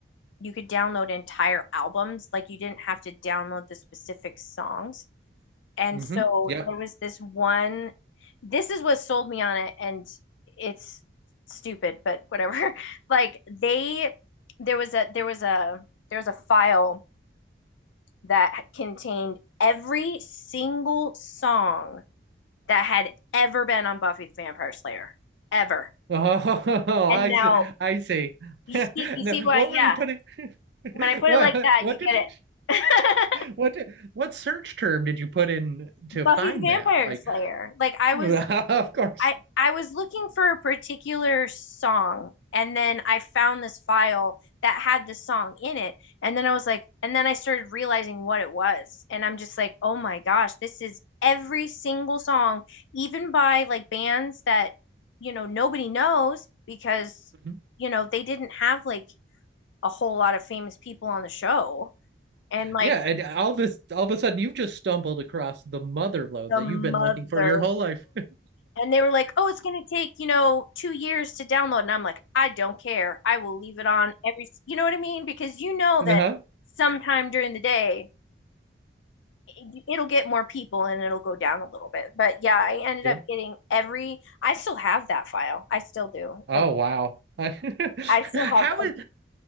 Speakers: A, on the left; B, on the right.
A: you could download entire albums, like you didn't have to download the specific songs. And
B: mm-hmm
A: so
B: yeah
A: there was this one, this is what sold me on it, and it's stupid, but whatever. <laughs> Like they, there was a there was a there was a file that contained every single song that had ever been on Buffy the Vampire Slayer ever.
B: oh
A: And
B: <laughs> i
A: now
B: see i see
A: you
B: <laughs>
A: see, you
B: no
A: see what?
B: what were
A: Yeah,
B: you putting <laughs>
A: when I put
B: what
A: it like that,
B: what
A: you get
B: did you
A: it.
B: what did, what search term did you put in
A: <laughs>
B: to
A: Buffy
B: find
A: the Vampire
B: that like
A: Slayer. Like I
B: <laughs>
A: was
B: of course
A: I I was looking for a particular song and then I found this file that had the song in it and then I was like and then I started realizing what it was and I'm just like oh my gosh this is every single song even by like bands that you know nobody knows because
B: Mhm.
A: you know they didn't have like a whole lot of famous people on the show and like
B: yeah and all this all of a sudden you've just stumbled across the mother load
A: the
B: that
A: mother
B: you've been looking for your whole life <laughs>
A: And they were like, oh, it's going to take, you know, two years to download. And I'm like, I don't care. I will leave it on every, you know what I mean? Because you know
B: uh-huh
A: that sometime during the day, it- it'll get more people and it'll go down a little bit. But yeah, I ended
B: yeah
A: up getting every, I still have that file. I still do.
B: Oh
A: Like,
B: wow. <laughs> How
A: I still have,
B: is